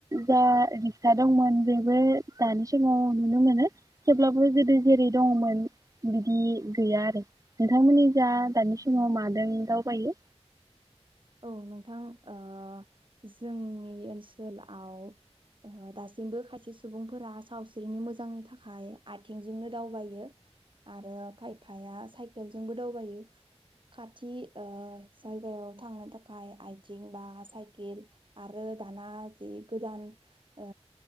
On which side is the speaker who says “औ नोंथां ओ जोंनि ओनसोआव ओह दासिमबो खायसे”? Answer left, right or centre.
Right